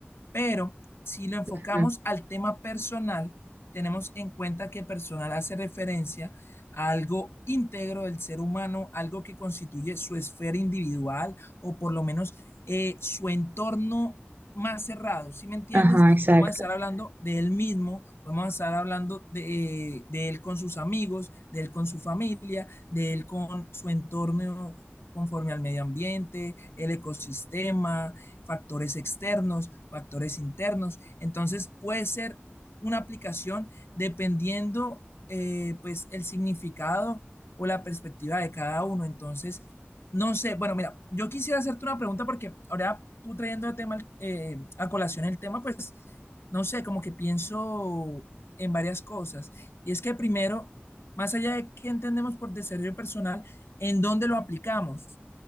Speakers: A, on the left; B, on the right.
A: pero si lo enfocamos
B: ujú.
A: al tema personal, tenemos en cuenta que personal hace referencia a algo íntegro del ser humano, algo que constituye su esfera individual o por lo menos eh, su entorno más cerrado, ¿sí me entiendes?
B: Ajá, exacto.
A: Podemos estar hablando de él mismo, podemos estar hablando de, de él con sus amigos, de él con su familia, de él con su entorno conforme al medio ambiente, el ecosistema, factores externos, factores internos. Entonces puede ser una aplicación dependiendo eh, pues el significado o la perspectiva de cada uno. Entonces, no sé, bueno, mira, yo quisiera hacerte una pregunta porque ahora tú trayendo a, tema, eh, a colación el tema, pues, no sé, como que pienso en varias cosas. Y es que primero, más allá de qué entendemos por desarrollo personal, ¿en dónde lo aplicamos?